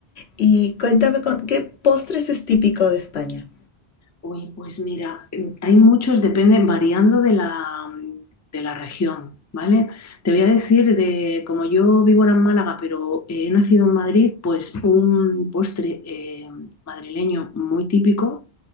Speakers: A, on the left; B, on the left.
A: Y cuéntame, con, ¿qué postres es típico de España?
B: Oye, pues mira, eh, hay muchos, depende, variando de la, de la región, ¿vale? Te voy a decir de, como yo vivo ahora en Málaga, pero he nacido en Madrid, pues un postre eh, madrileño muy típico